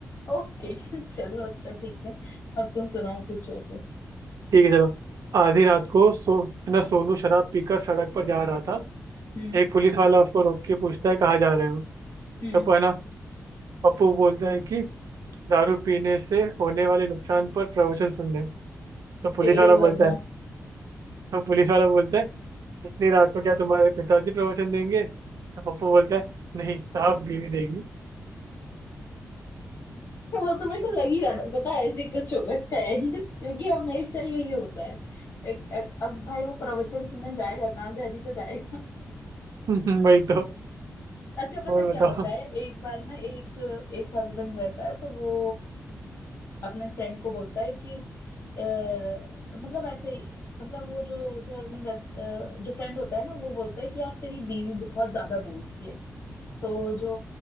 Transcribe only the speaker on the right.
ठीक है चलो आधी रात को सो है ना सोनू शराब पीकर सड़क पर जा रहा था
एक पुलिस वाला उसको रोक के पूछता है कहाँ जा रहे हो
तब है ना पप्पू बोलता है कि दारू पीने से होने वाले नुकसान पर प्रवचन सुनने तो पुलिस
वाला बोलता
है तो पुलिस वाला बोलता है इतनी रात को क्या तुम्हारे पिताजी प्रवचन देंगे तो पप्पू बोलता है नहीं साहब बीवी देगी
<laughs> वही तो
और
बताओ